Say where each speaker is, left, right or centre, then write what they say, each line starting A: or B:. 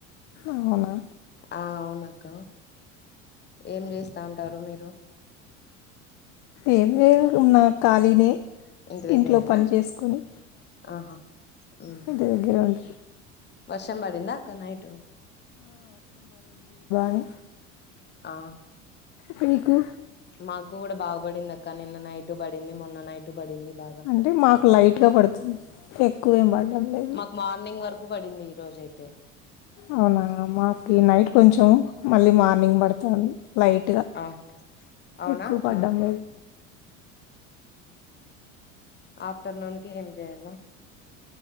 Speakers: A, on the left; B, on the left.
A: అవునా
B: ఆ అవునక్క ఏం చేస్తా అంటారు మీరు
A: ఏ లేదు ఉన్నా కాలినే
B: ఇంటి దగ్గరేనా
A: ఇంట్లో పని చేసుకొని
B: ఆహా ఉమ్
A: ఇంటి దగ్గర ఉండ
B: వర్షం బదిందక్క నైటు
A: అ
B: ఆ
A: పీకు
B: మాకు కూడా బాగపడింది అక్క నిన్న నైటు పడింది మొన్న నైటు పడింది బాగా
A: అంటే మాకు లైట్గా పడుతుంది ఎక్కువ ఏం పడ్డం లేదు
B: మాకు మార్నింగ్ వరకు పడింది ఈ రోజయితే
A: అవునా మాకు నైట్ కొంచెం మళ్ళీ మార్నింగ్ పడుతు తను లైట్గా
B: ఆ అవునా
A: ఎక్కువ
B: అక్క
A: పడ్డం లేదు
B: ఆఫ్టర్నూన్ కి చేయలా